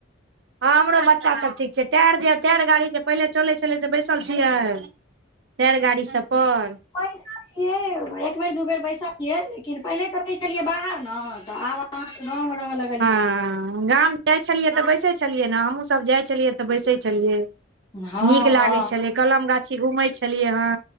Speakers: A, on the right; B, on the left.
A: हमरो बच्चा सब ठीक छै टैर जे टायर गाड़ी जे पहिले चलै छलै से बैसल छियै टायर गाड़ी सब पर
B: बैसल छियै एक बेर दू बेर बैसलियै छियै लेकिन पहिले तऽ रहियै छलियै बाहर न तऽ आब अहाँ त गांव मे रह लग
A: हँ गाम जाइ छलियै तऽ बैसै छलियै न हमहूँसब जाइ छलियै तऽ बैसै छलियै
B: हँ
A: निक लागै
B: हँ
A: छलै कलम गाछी घूमै छलियै हँ